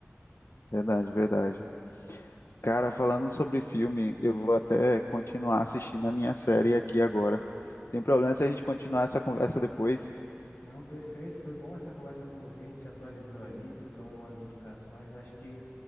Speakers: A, on the left; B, on the left.
A: Verdade, verdade. Cara, falando sobre filme, eu vou até continuar assistindo a minha série aqui agora. Tem problema se a gente continuar essa conversa depois?
B: Não, perfeito, foi bom essa conversa com você, a gente se atualizou ali, trocamos umas indicações, acho que